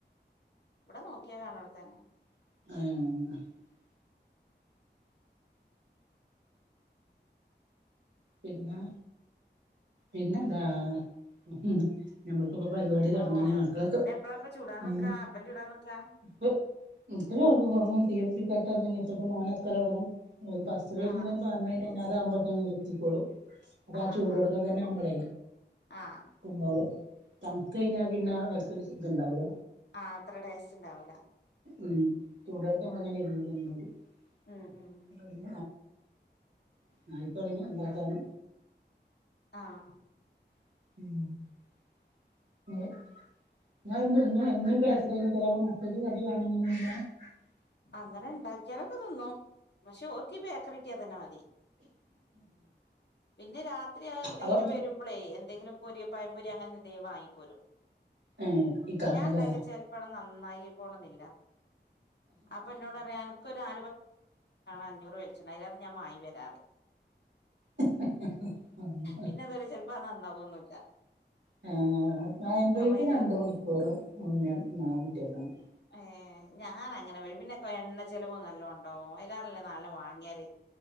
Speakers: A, on the left (about 70°); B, on the right (about 80°).
A: ഇവിടെ നോക്കിയാ കാണ അവിടെത്തന്നെ
B: ആഹ പിന്നെ പിന്നെ എന്താ ഉ ഞമ്മക്കിപ്പോ പരിപാടി
A: അങ്ങനെ
B: തുടങ്ങണേ
A: പോണ്
B: മക്കൾക്ക്
A: പിന്നെ എപ്പഴാപ്പ ചൂടാൻ
B: ഉ
A: നിക്കാ അപ്പം ചൂടാൻ നിക്കാ
B: ഇപ്പ ഇത്ര തുടങ്ങ തീർപ്പ കെട്ട പിെന്ന ഇപ്പൊ മനക്കലോടങ്ങും ഒരു പസ്ന്ന്
A: ആഹ്
B: പറഞ്ഞ അത് അമ്പത് ത <unintelligible> ഇപ്പോഴോ അപ്പൊ
A: ആഹ്
B: ആ ചൂട് കൊടുക്കാെ തന്നെ അമ്പളേ
A: ആഹ്
B: കുന്നള് തണുത്ത് കഴിഞ്ഞാ പിന്നെ ഇതുണ്ടാവുക
A: ആ അത്ര ടേസ്റ്റ് ഉണ്ടാവൂല
B: ഉ തുടർക്കപ്പ അങ്ങനെ ഇരുന്നു തന്നര് <inaudible>
A: ഉം ഉം
B: തുടങ്ങി നഞയി <unintelligible> തുടങ്ങി താണ്
A: ആഹ
B: <unintelligible>
A: അങ്ങന ഒണ്ടാക്കിയാലൊക്കെ തിന്നും പക്ഷെ അവർക്കീ ബേക്കറി കിട്ടിയാ തന്നെ മതി പിന്നെ രാത്രിആയ എന്തെങ്കിലും
B: അപ്പൊ
A: വരുമ്പളേ എന്തെങ്കിലും പൊരി പയമ്പൊരി അങ്ങനെ എന്തെങ്കിലും വാങ്ങി പോരും
B: ഏഹ് ഇക്കാക്കല്ലേ
A: ഞാൻ ഇണ്ടാക്കിയ ചെലപ്പഴ് നന്ന ആയിക്കോണന്നില്ല അപ്പ എന്നോട് പറയും എനക്കൊരു <unintelligible> <unintelligible> അഞ്ഞൂറ് <unintelligible> അതാണ് ഞാൻ വാങ്ങി വരാറ്
B: <unintelligible>
A: പിന്നെ അതുപോലെ ചെലപ്പോ അത് നന്നാവൊന്നുല്ല
B: ആ <unintelligible> രണ്ട്
A: അപ്പൊ അയിലേറെ
B: മണിക്കൂറ് <unintelligible>
A: ഏ ഞാൻ അങ്ങനെ വഴി പിന്നെ കൊറെ എണ്ണ ചിലവ് നല്ലോ ഒണ്ടാവൊ <unintelligible> <unintelligible> നാലെണ്ണം വാങ്ങിയല്